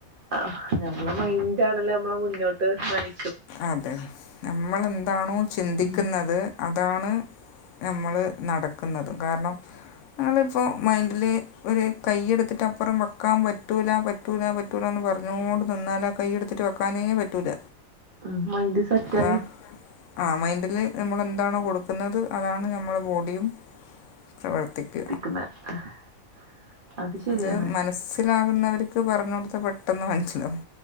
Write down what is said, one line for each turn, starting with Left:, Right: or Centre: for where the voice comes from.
Right: ആഹ് നമ്മളെ മൈൻഡാണല്ലോ നമ്മളെ മുന്നോട്ട് നയി
Left: അതെ നമ്മളെന്താണോ ചിന്തിക്ക്ന്നത്
Right: ഉം
Left: അതാണ് നമ്മള് നടക്ക്ന്നത് കാര്ണം നമ്മളിപ്പൊ മൈൻഡില് ഒരു കയ്യെട്ത്തിട്ടപ്പുറം വെക്കാൻ പറ്റൂല പറ്റൂല പറ്റൂലാന്ന് പറഞ്ഞോണ്ട് നിന്നാലാ കയ്യെട്ത്തിട്ട് വെക്കാനേ പറ്റൂല
Right: ഉം മൈൻഡ് സെറ്റായി
Left: അതാ ആഹ് മൈൻഡ്ല് നമ്മളെന്താണോ കൊടുക്ക്ന്നത് അതാണ് നമ്മളെ ബോഡി ടിയും പ്രവർത്തിക്ക
Right: <unintelligible> അത് ശരിയാണ്
Left: ഇത് മനസ്സിലാകുന്നവർക്ക് പറഞ്ഞു കൊടുത്ത പെട്ടെന്ന് മനസ്സിലാവും